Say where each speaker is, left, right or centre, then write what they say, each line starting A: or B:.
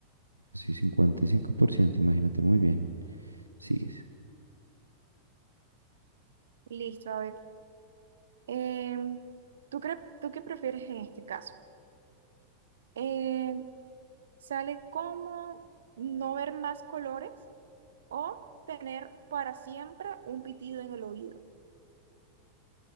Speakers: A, on the right; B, on the right.
A: Sí, 55%. imagínate muy bien. Sigues.
B: Listo, a ver. Em, ¿tú cre- tú qué prefieres en este caso? Em, ¿sale como no ver más colores o tener para siempre un pitido en el oído?